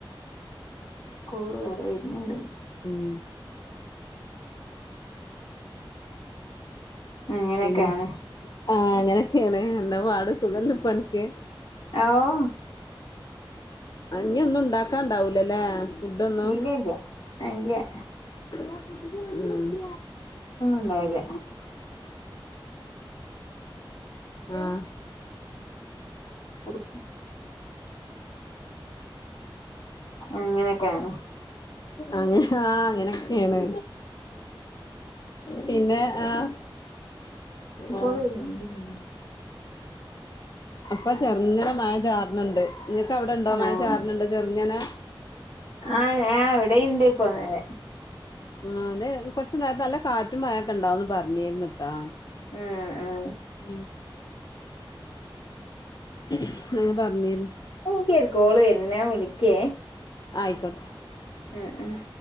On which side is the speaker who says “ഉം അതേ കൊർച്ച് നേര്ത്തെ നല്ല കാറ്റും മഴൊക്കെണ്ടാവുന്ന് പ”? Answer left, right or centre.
Left